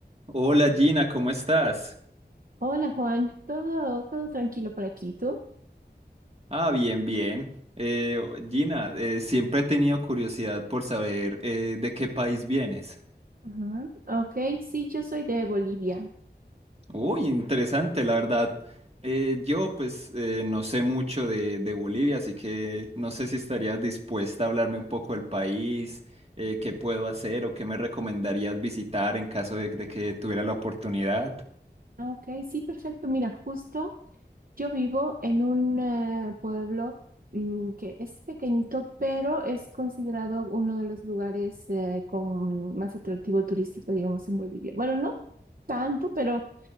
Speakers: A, on the right; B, on the right.
A: Hola Gina, ¿cómo estás?
B: Hola Juan, todo, todo tranquilo por aquí, ¿tú?
A: Ah, bien, bien. Eh, Gina, eh, siempre he tenido curiosidad por saber eh, de qué país vienes.
B: Ajá. Ok, sí, yo soy de Bolivia.
A: Uy, interesante, la verdad. Eh, yo pues eh, no sé mucho de, de Bolivia,
B: Ujú.
A: así que no sé si estarías dispuesta a hablarme un poco del país, eh, qué puedo hacer o qué me recomendarías visitar en caso de, de que tuviera la oportunidad.
B: Ok, sí, perfecto. Mira, justo yo vivo en un eh, pueblo mm, que es pequeñito, pero es considerado uno de los lugares eh, con más atractivo turístico, digamos, en Bolivia. Bueno, no tanto, pero